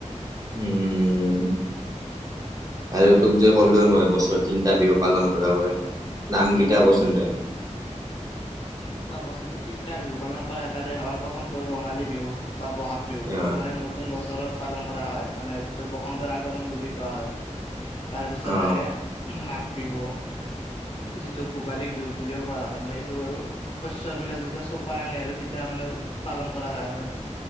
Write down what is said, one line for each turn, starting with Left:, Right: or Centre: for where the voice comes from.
Right: উম' আৰু তোক যে ক'লো মই বছৰৰ তিনটা বিহু পালন কৰা হয়। নামকেইটা
Left: উম উম।
Right: কচোন তই?
Left: চোৱা বছৰটো তিনিটা বিহু পালন কৰা এটাৰে হয়ল প্ৰথমটো হ'ল ৰঙালী বিহু বা বহাগ বিহু
Right: অ
Left: যিটো মানে নতুন বছৰত পালন কৰা হয় মানে যিটো বসন্তৰ আগমন বুলি কোৱা হয়। তাৰপিছত
Right: অ
Left: আহে মাঘ বিহু যিটো ভোগালিক বিহু বুলিও কোৱা হয় মানে এইটো আৰু শস্বলাক যেতিয়া চপাই আনে আৰু তেতিয়া মানে পালন কৰা হয় আৰু মে